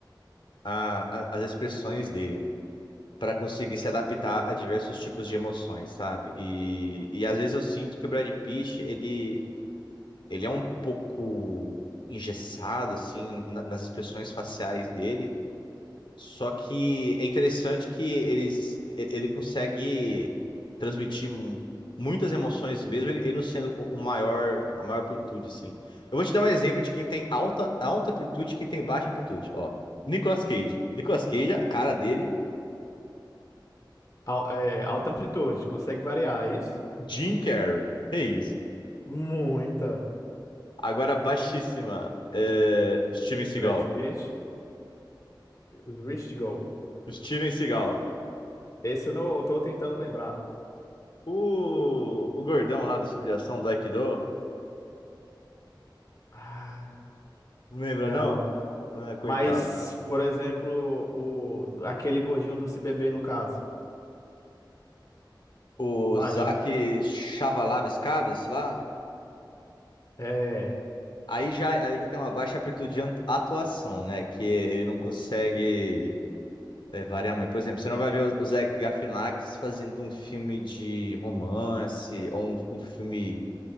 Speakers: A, on the left (about 75°); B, on the left (about 45°).
A: a- a- as expressões dele para conseguir se adaptar a diversos tipos de emoções, sabe? E, e às vezes eu sinto que o Brad Pitt ele ele é um pouco engessado assim na- nas expressões faciais dele. Só que é interessante que eles, e- ele consegue transmitir mu- muitas emoções mesmo, ele ele não sendo o o maior, a maior amplitude, assim. Eu vou te dar um exemplo de quem tem alta, alta amplitude e quem tem baixa amplitude, ó. Nicolas Cage. Nicolas Cage, a cara dele,
B: Al- é, alta amplitude, consegue variar é isso?
A: Jim Carrey. É isso.
B: Muita.
A: Agora, baixíssima, é, Steven Seagal.
B: Brad Pitt, Rich Go.
A: Steven Seagal.
B: Esse eu não eu tô tentando lembrar.
A: O, o gordão lá do filme de ação, do Aikido,
B: Ah,
A: não lembra
B: não.
A: não? Ah, coitado.
B: Mas, por exemplo, o, aquele gordinho do Se Beber, no caso.
A: O
B: Baixa.
A: Zach Chavalavas-Caves lá,
B: É.
A: aí já, aí já tem uma baixa amplitude de atu- atuação, né? Que ele não consegue é, variar muito. Por exemplo, você não vai ver o, o Zach Galifianakis fazendo um filme de romance ou um, um filme